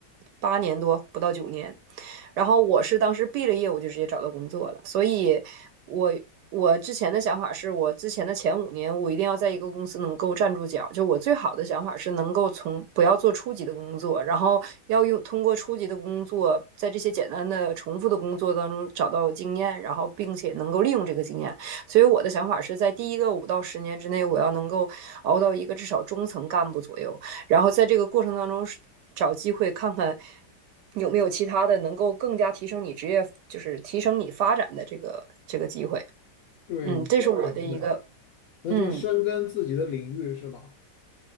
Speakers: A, on the right; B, on the left.
A: 八年多，不到九年。然后我是当时毕了业，我就直接找到工作了，所以我我之前的想法是我之前的前五年，我一定要在一个公司能够站住脚。就我最好的想法是能够从不要做初级的工作，然后要用通过初级的工作，在这些简单的重复的工作当中找到经验，然后并且能够利用这个经验。所以我的想法是在第一个五到十年之内，我要能够熬到一个至少中层干部左右。然后在这个过程当中找机会看看有没有其他的能够更加提升你职业，就是提升你发展的这个这个机会。
B: 对，
A: 嗯，
B: 你说的很对，
A: 这是我的一个
B: 那就深耕自己的领域是吧？
A: 嗯。